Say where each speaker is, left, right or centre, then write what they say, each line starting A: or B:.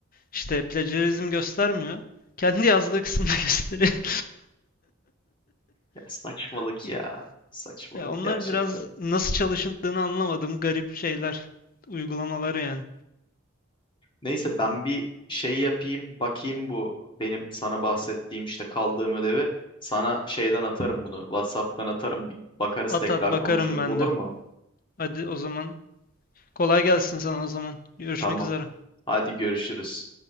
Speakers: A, on the left; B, on the left.
A: İşte plagiarizm göstermiyor. Kendi yazdığı kısımda <laughs> gösteriyor.
B: Ya saçmalık
A: <laughs>
B: ya. Saçmalık
A: Ya onlar
B: gerçekten.
A: biraz nasıl çalışıldığını anlamadığım garip şeyler, uygulamaları yani.
B: Neyse ben bir şey yapayım bakayım bu benim sana bahsettiğim işte kaldığım ödevi. Sana şeyden atarım bunu. WhatsApp'tan atarım. Bir bakarız
A: At
B: tekrar
A: at bakarım
B: konuşuruz
A: ben
B: olur
A: de.
B: mu?
A: Hadi o zaman. Kolay gelsin sana o zaman. Görüşmek
B: Tamam.
A: üzere.
B: Hadi görüşürüz.